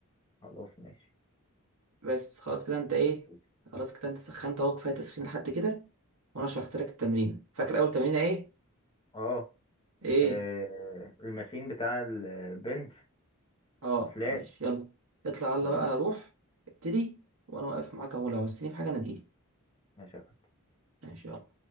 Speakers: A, on the left; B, on the right.
A: خلاص ماشي
B: بس خلاص كده أنت إيه
A: نشوف
B: خلاص كده أنت سخنت أهو كفاية تسخين لحد كده وأنا شرحت لك التمرين فاكر أول تمرينة إيه؟
A: اه
B: إيه؟
A: آه، الماشين بتاع البنش
B: أه
A: الفلات
B: ماشي يلا اطلع يلا
A: يلا
B: بقى روح ابتدي وأنا واقف معاك أهو لو عوزتني في حاجة ناديلي
A: ماشي يا كابتن
B: ماشي يلا